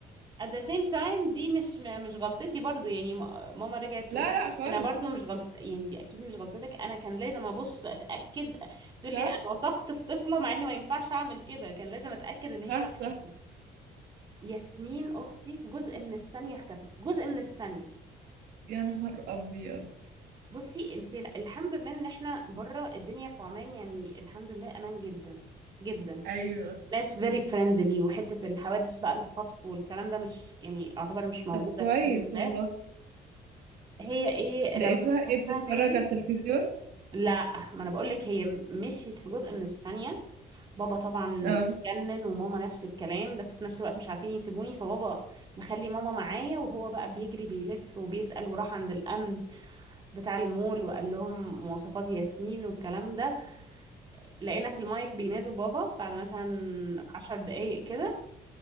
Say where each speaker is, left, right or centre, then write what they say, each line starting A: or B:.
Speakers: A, on the right (about 30°); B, on the right (about 85°).
A: at the same time دي مش مش غلطتي برضو يعني ما- ماما رجعت
B: لا
A: تقول
B: لا خالص
A: انا برضو مش غلط يعني دي اكيد مش غلطتك انا كان لازم ابص اتاكد تقول
B: صح
A: لي انا وثقت في طفله مع ان ما ينفعش اعمل كده كان لازم اتاكد ان هي
B: صح
A: معاكي
B: صح
A: ياسمين اختي في جزء من الثانيه اختفت جزء من الثانيه
B: يا نهار ابيض
A: بصي انت الحمد لله ان احنا بره الدنيا في عمان يعني الحمد لله امان جدا جدا
B: ايوه
A: ناس very friendly وحته الحوادث بقى الخطف والكلام ده مش يعني اعتبر مش موجوده
B: طب كويس
A: الحمد لله
B: والله
A: هي ايه
B: لقيتوها
A: لما نفسها
B: ايه بتتفرج
A: تاهت
B: على التلفزيون
A: لا ما انا بقول لك هي مشيت في جزء من الثانية بابا طبعا
B: اه
A: اتجنن وماما نفس الكلام بس في نفس الوقت مش عارفين يسيبوني فبابا مخلي ماما معايا وهو بقى بيجري بيلف وبيسأل وراح عند الأمن بتاع المول وقال لهم مواصفات ياسمين والكلام ده لقينا في المايك بينادوا بابا بعد مثلا عشر دقايق كده